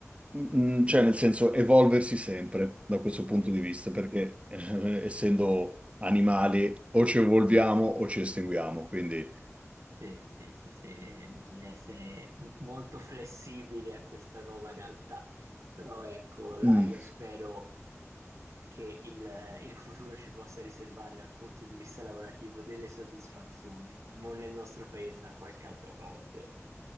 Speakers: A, on the right; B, on the right.
A: mm, cioè nel senso, evolversi sempre da questo punto di vista, perché eh, essendo animali o ci evolviamo o ci estinguiamo. Quindi
B: Sì, sì, sì, sì, eh, bisogna essere m- molto flessibili a questa nuova realtà, però ecco, dai,
A: mm,
B: io spero che il, eh, il futuro ci possa riservare dal punto di vista lavorativo delle soddisfazioni, se non nel nostro paese, da qualche altra parte.